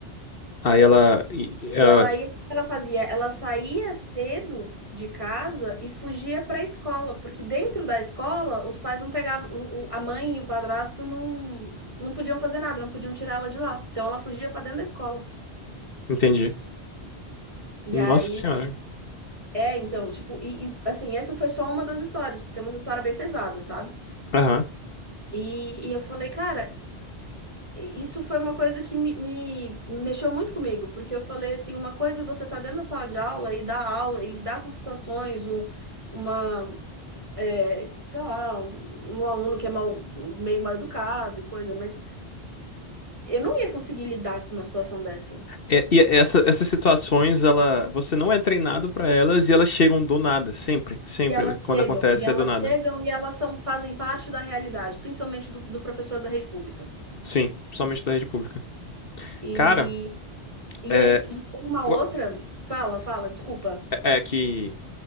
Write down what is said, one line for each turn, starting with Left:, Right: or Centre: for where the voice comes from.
Left: Aí ela. e- e- ela-
Right: E ela ia, o que ela fazia? Ela saía cedo de casa e fugia para a escola, porque dentro da escola os pais não pegavam, o- o- a mãe e o padrasto não, não podiam fazer nada, não podiam tirar ela de lá. Então ela fugia para dentro da escola.
Left: entendi.
Right: E
Left: Nossa
Right: aí,
Left: senhora.
Right: é, então, tipo, e, e, assim, essa foi só uma das histórias, porque é uma história bem pesada, sabe?
Left: Aham.
Right: E, e eu falei, cara, Isso foi uma coisa que me, me- mexeu muito comigo, porque eu falei assim, uma coisa é você tá dentro da sala de aula e dar aula, e lidar com situações, um, uma, é, sei lá, um, um aluno que é mal, meio mal educado e coisa, mas eu não ia conseguir lidar com uma situação dessa. Tipo,
Left: É, E, essa- essas situações, ela, você não é treinado pra elas e elas chegam do nada. Sempre. Sempre.
Right: e elas
Left: Ela- Quando
Right: chegam,
Left: acontece,
Right: e elas
Left: é do nada.
Right: chegam, e elas são, fazem parte da realidade, principalmente do, do professor da rede pública.
Left: Sim. Principalmente da rede pública.
Right: E,
Left: Cara,
Right: e
Left: é,
Right: aí, e uma
Left: pô,
Right: outra, fala, fala, desculpa.
Left: é é que.